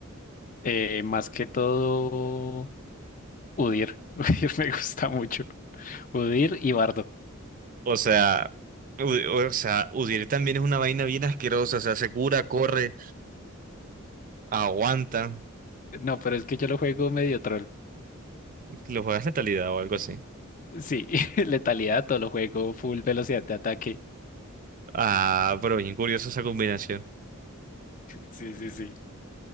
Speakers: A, on the left; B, on the right.
A: eh, más que todo UDIR. <laughs> UDIR me gusta mucho. UDIR y Bardo.
B: O sea, U- o sea, Udyr también es una vaina bien asquerosa. O sea, se cura, corre, aguanta.
A: No, pero es que yo lo juego medio troll.
B: Lo juegas letalidad o algo así.
A: Sí, <laughs> letalidad, todo lo juego, full velocidad de ataque.
B: Ah, pero bien curiosa esa combinación.
A: Sí, sí, sí.